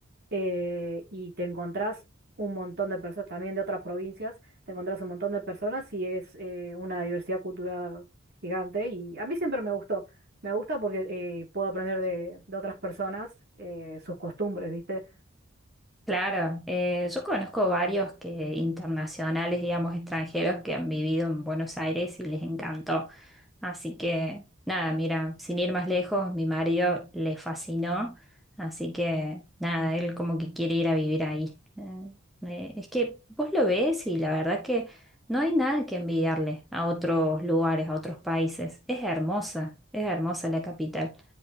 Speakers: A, on the right (about 45°); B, in the centre.
A: eh, y te encontrás un montón de personas, también de otras provincias, te encontrás un montón de personas y es eh, una diversidad cultural gigante y a mí siempre me gustó. Me gusta porque eh, puedo aprender de, de otras personas eh, sus costumbres, ¿viste?
B: Claro, eh, yo conozco varios que internacionales, digamos, extranjeros que han vivido en Buenos Aires y les encantó. Así que nada, mira, sin ir más lejos, mi marido le fascinó, así que nada, él como que quiere ir a vivir ahí. Eh, eh, es que vos lo ves y la verdad que no hay nada que envidiarle a otros lugares, a otros países. Es hermosa, es hermosa la capital.